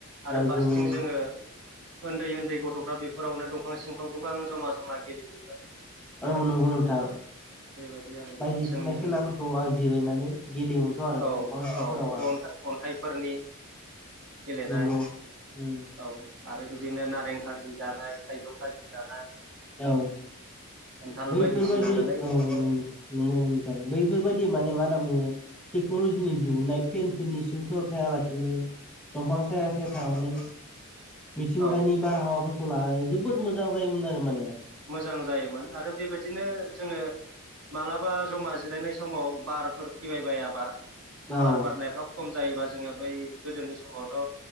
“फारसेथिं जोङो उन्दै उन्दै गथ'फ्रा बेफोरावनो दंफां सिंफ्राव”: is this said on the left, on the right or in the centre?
Right